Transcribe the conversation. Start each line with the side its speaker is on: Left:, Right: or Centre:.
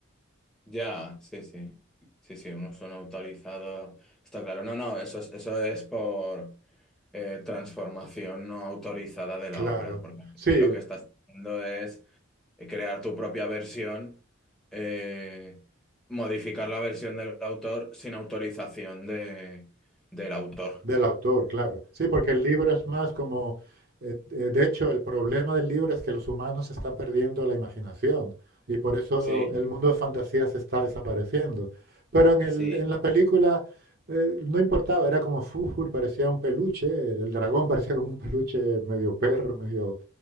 Centre: Ya, sí, sí. Sí, sí, unos son autorizados. Está claro. No, no, eso es, eso es por eh, transformación no autorizada de la
Right: Claro,
Centre: obra. Porque al final
Right: sí,
Centre: lo que estás haciendo es eh, crear tu propia versión, eh, modificar la versión del autor sin autorización de, del autor.
Right: Del autor, claro. Sí, porque el libro es más como, eh, eh, de hecho, el problema del libro es que los humanos están perdiendo la imaginación y por eso
Centre: Sí,
Right: el mundo de fantasía se está desapareciendo. Pero en el,
Centre: sí,
Right: en la película eh, no importaba, era como Fujur, parecía un peluche, el, el dragón parecía como un peluche medio perro, medio,